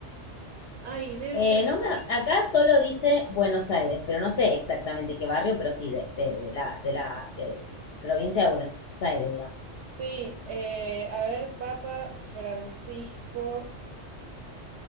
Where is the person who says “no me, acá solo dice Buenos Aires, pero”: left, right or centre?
Left